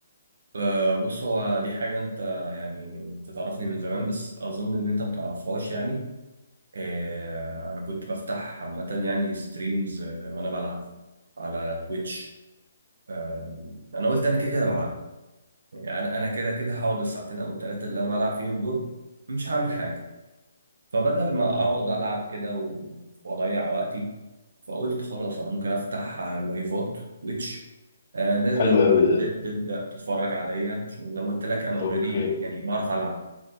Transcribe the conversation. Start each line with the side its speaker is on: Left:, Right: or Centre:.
Right: آه، بص هو دي حاجة أنت يعني أنت تعرفني من زمان بس أظن إن أنت متعرفهاش يعني آه، أنا كنت بفتح عامة يعني ستريمز وأنا بلعب على تويتش آه، أنا قلت أنا كده كده بلعب يعني أنا كده كده هقعد الساعتين أو التلاتة اللي أنا بلعب فيهم دول مش هعمل حاجة فبدل ما
Left: مم.
Right: أقعد ألعب كده و- وأضيع وقتي فقلت خلاص انا ممكن افتح آه، لايفات تويتش آه ناس
Left: حلو
Right: بت-
Left: قوي ده
Right: بدات تبدا تتفرج عليا عشان زي ما قلت لك انا اوريدي
Left: اوكي
Right: يعني بعرف العب